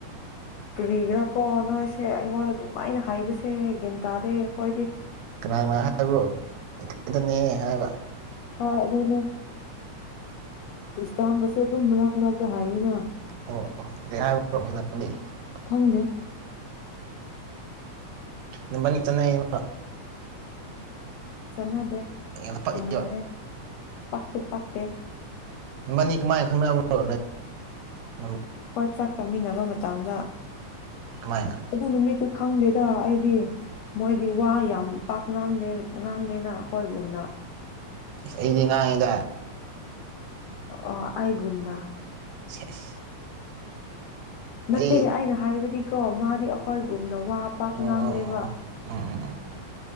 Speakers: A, on the left; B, on the right.
A: ꯀꯔꯤꯒꯤꯔꯥꯀꯣ ꯅꯣꯏꯁꯦ ꯑꯩꯉꯣꯟꯗ ꯑꯗꯨꯃꯥꯢꯅ ꯍꯥꯏꯕꯁꯦ ꯒꯤꯟ ꯇꯥꯗꯦ ꯑꯩꯈꯣꯏꯗꯤ
B: ꯀꯅꯥ ꯀꯅꯥ ꯍꯥꯏꯕ꯭ꯔꯣ ꯏꯊꯟꯇꯅꯦ ꯍꯥꯏꯔ
A: ꯍꯣꯢ ꯑꯗꯨꯅꯦ <unintelligible> ꯕꯨꯁꯨ ꯑꯗꯨꯝ ꯃꯔꯛ ꯃꯔꯛꯇ ꯍꯥꯏꯌꯦꯅ
B: <unintelligible>
A: ꯈꯪꯗꯦ
B: ꯅꯕꯅꯤ ꯆꯟꯅꯩꯕ
A: ꯆꯠꯅꯗꯦ
B: ꯌꯥꯝꯅ ꯄꯛꯏꯕ
A: ꯇꯣꯡꯉꯥꯜꯂꯦ ꯄꯛꯁꯨ ꯄꯛꯇꯦ
B: ꯅꯕꯥꯅꯤ ꯀꯃꯥꯏ ꯈꯪꯅꯔꯕ꯭ꯔꯣ <unintelligible>
A: ꯑꯩꯈꯣꯏ ꯆꯥꯛ ꯆꯥꯃꯤꯟꯅꯕ ꯃꯇꯝꯗ
B: ꯀꯃꯥꯏꯅ
A: ꯑꯗꯨ ꯅꯨꯃꯤꯠꯇ ꯈꯪꯗꯦꯗ ꯑꯩꯗꯤ ꯃꯣꯏꯗꯤ ꯋꯥ ꯌꯥꯝ ꯄꯥꯛ ꯉꯥꯡꯗꯦ ꯉꯥꯡꯗꯦꯅ ꯑꯩꯈꯣꯏꯒꯨꯝꯅ
B: ꯢꯁ ꯑꯩꯗꯤ ꯉꯥꯡꯉꯤꯗꯥ
A: ꯑꯣ ꯑꯩꯒꯨꯅ
B: ꯁꯦꯁ
A: ꯅꯠꯇꯦ
B: ꯑꯩ
A: ꯑꯩꯅ ꯍꯥꯏꯕꯗꯤꯀꯣ ꯃꯥꯗꯤ ꯑꯩꯈꯣꯏꯒꯨꯝꯅ ꯋꯥ ꯄꯥꯛ
B: ꯑꯣ
A: ꯉꯥꯡꯗꯦꯕ
B: ꯑꯣ ꯑꯣ ꯑꯣ ꯎꯝ ꯎꯝ ꯎꯝ